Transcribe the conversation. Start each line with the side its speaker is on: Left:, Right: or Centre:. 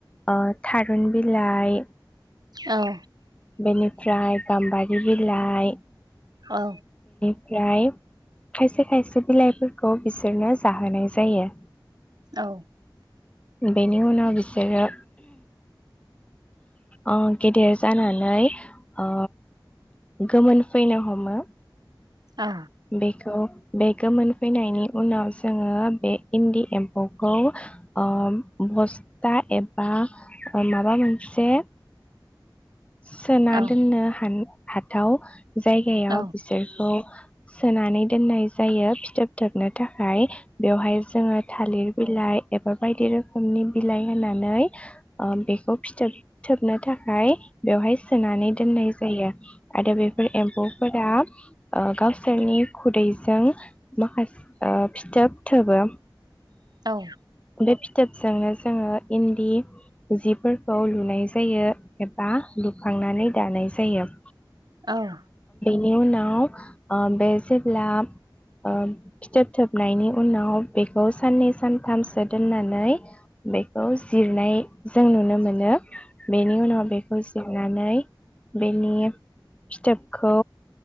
Left: ओ थारुन बिलाइ
Right: औ
Left: बेनिफ्राय गाम्बारि बिलाइ
Right: औ
Left: फ्राय खायसे खायसे बिलाइफोरखौ बिसोरनो जाहोनाय जायो।
Right: औ
Left: बेनि उनाव बिसोरो अ गेदेर जानान नै ओ गोमोन फैनो हमो।
Right: औ
Left: बेखौ बे गोमोन फैनायनि उनाव जोंङो बे इन्दि एम्फौखौ ओ बस्था एबा माबा मोनसे सोना
Right: औ
Left: दोननो हान हाथाव जायगायाव
Right: औ
Left: बिसोरखौ सोनानै दोननाय जायो फिथोब थोबनो थाखाय बेवहाय जोंङो थालिर बिलाइ एबा बायदि रोखोमनि बिलाइ होनानै ओ बेखौ फिथोब थोब नो थाखाय बेवहाय सोनानै दोननाय जायो, आरो बेफोर एम्फौ फोरा ओ गावसोरनि खुदैजों माखास ओ फिथोब थोबो।
Right: औ।
Left: बे फिथोबजोंनो जोङो इन्दि जिफोरखौ लुनाय जायो एब बा लु खांनानै दानाय जायो।
Right: औ
Left: बिनि उनाव ओ बे जेब्ला ओ फिथोब थोबनायनि उनाव बेखौ साननै सानथामसो दोननानै बेखौ जिरनाय जों नुनो मोनो। बेनि उनाव बे जिरनानै बेनि फिथोबखौ